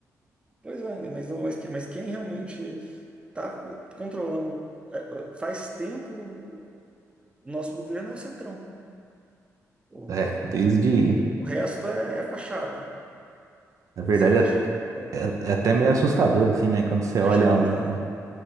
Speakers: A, on the right; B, on the right.
A: pois é, mas, não- mas, que- mas quem realmente está controlando é, é, faz tempo o nosso governo é o Centrão. O,
B: É, desde,
A: o resto é, é fachada.
B: na verdade,
A: Você já chegou, a-
B: é, é- é até meio assustador, assim, né? Quando você
A: já
B: olha
A: chegou
B: um
A: a,